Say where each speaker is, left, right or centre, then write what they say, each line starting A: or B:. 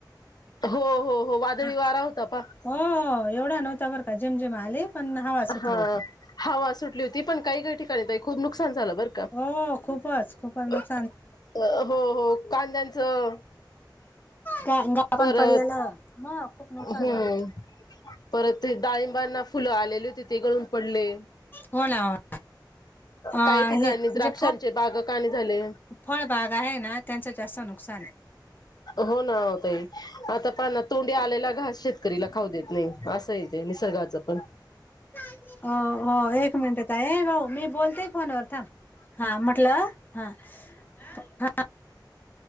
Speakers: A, on the left; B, on the left.
A: हो हो हो, वादळी
B: हा
A: वारा होता पहा
B: हो हो, एवढा नव्हता बर का, झिमझिम आली, पण हवा सुटली
A: हा
B: होती.
A: हवा सुटली होती, पण काही-काही ठिकाणी, ताई खूप नुकसान झालं, बर
B: हो, खूपच-खूपच नुक
A: अ हो हो, कांद्यांचं
B: गा गा
A: परत,
B: पण पडलेलं मग खूप नुकसान
A: हम्म.
B: झालं
A: परत ते डाळिंबना, फुलं आलेले होते, ते गळून पडले.
B: होणा हो अ
A: काही ठिकाणी,
B: हे
A: द्राक्षांचे
B: जे
A: बागं, काणे झाले.
B: फळ भाग आहे ना, त्यांचं जास्त नुकसान ये.
A: हो ना ओ ताई, आता पहा ना, तोंडी आलेला घास, शेत करीला खाऊ देत नही, असंय ते निसर्गाचं, पण
B: हो हो, एक मिनट ताई, हे भाऊ, मी बोलते फोनवर, थांब, हां म्हटलं हा, हा <unintelligible>